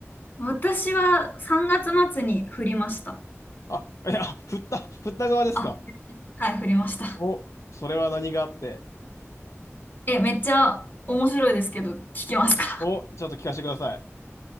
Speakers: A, on the left; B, on the left.
A: 私は3月末に振りました。
B: あ、いや、振った、振った側ですか
A: あ、はい、振りました。
B: お、それは何があって。
A: え、めっちゃ面白いですけど、聞きますか
B: お、ちょっと聞かせてください。